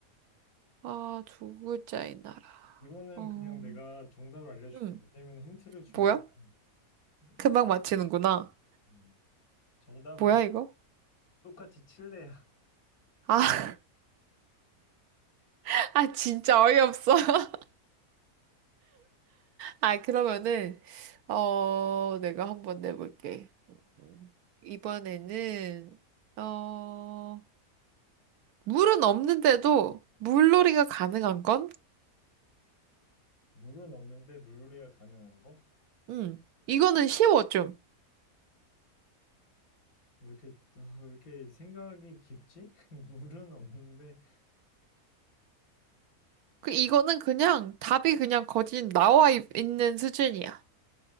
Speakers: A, on the right; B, on the left.
A: 아, 두 글자인 나라.
B: 이거는
A: 어,
B: 그냥 내가 정답을 알려줄게.
A: 음,
B: 왜냐면 힌트를 주면
A: 뭐야?
B: 음, 음.
A: 금방 맞히는구나.
B: 음. 정답은
A: 뭐야, 이거?
B: 똑같이 칠레
A: 아, <laughs> 아, 진짜 어이없어. <laughs> 아, 그러면은, 어, 내가 한번 내볼게. 음, 이번에는, 어, 물은 없는데도 물놀이가 가능한 건?
B: 물은 없는데 물놀이가 가능한 거?
A: 음, 이거는 쉬워, 좀.
B: 왜 이렇게, 아, 왜 이렇게 생각이 깊지? <laughs> 물은 없는데,
A: 그
B: 물,
A: 이거는 그냥 답이 그냥 거진 나와 있- 있는 수준이야.